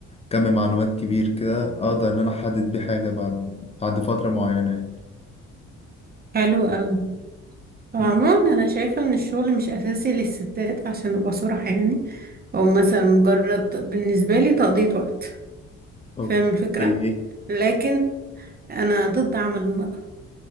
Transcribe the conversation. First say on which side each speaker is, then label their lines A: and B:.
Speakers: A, on the left (about 20°); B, on the right (about 30°).
A: كم معلومات كبير كده اقدر ان انا احدد بحاجة بعد بعد فترة معينة يعني
B: حلو أوي عموما
A: م.
B: انا شايفة ان الشغل مش اساسي للستات عشان نبقى صراحة يعني او مثلا مجرد بالنسبة لي تقضية وقت
A: اوكي
B: فاهم الفكرة لكن انا ضد عمل المرأة